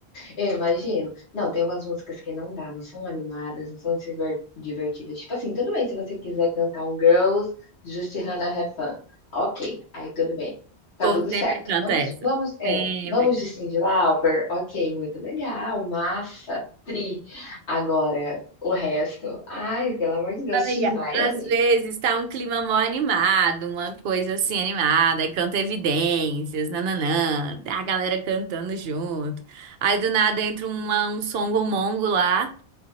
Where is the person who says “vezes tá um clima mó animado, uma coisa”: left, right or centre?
Right